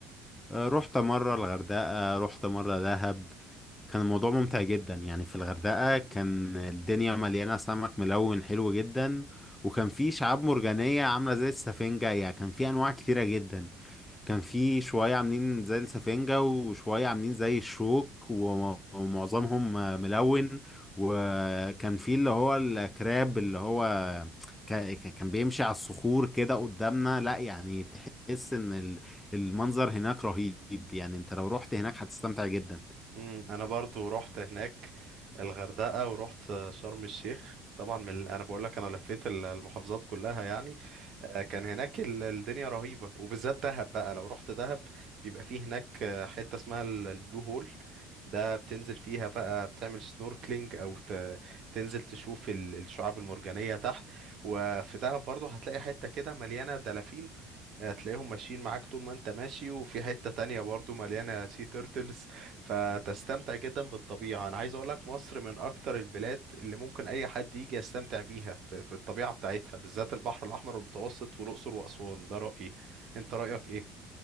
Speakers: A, on the left (about 15°); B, on the right (about 55°).
A: آه، رحت مرة الغردقة رحت مرة دهب كان الموضوع ممتع جدا يعني في الغردقة كان الدنيا مليانة سمك ملون حلو جدا وكان في شعاب مرجانية عاملة زي السفنجة يعني كان في أنواع كتيرة جدا كان في شوية عاملين زي السفنجة وشوية عاملين زي الشوك وم- ومعظمهم ملون وكان في اللي هو الكراب اللي هو ك- ك- كان بيمشي على الصخور كده قدامنا لا يعني تحس ان ال- المنظر هناك رهيب يعني انت لو رحت هناك هتستمتع جدا
B: مم، انا برضو رحت هناك الغردقة ورحت آه، شرم الشيخ طبعا من ال- انا بقول لك انا لفيت ال- المحافظات كلها يعني آه، كان هناك ال- الدنيا رهيبة وبالذات دهب بقى لو رحت دهب بيبقى فيه هناك آه، حتة اسمها ال- البلو هول ده بتنزل فيها بقى بتعمل سنوركلينج او ت... تنزل تشوف ال- الشعاب المرجانية تحت وفي دهب برضو هتلاقي حتة كده مليانة دلافين آه، تلاقيهم ماشيين معاك طول ما انت ماشي وفي حتة تانية برضو مليانة سي تيرتلز فتستمتع جدا بالطبيعة انا عايز اقولك مصر من اكتر البلاد اللي ممكن اي حد يجي يستمتع بيها ب- في الطبيعة بتاعتها بالذات البحر الاحمر والمتوسط والاقصر واسوان ده رأيي انت رأيك ايه